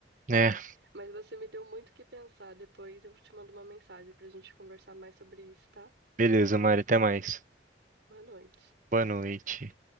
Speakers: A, on the right; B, on the right.
A: né?
B: mas você me deu muito o que pensar. Depois eu te mando uma mensagem pra gente conversar mais sobre isso, tá?
A: Beleza, Mari, até mais.
B: Boa noite.
A: Boa noite.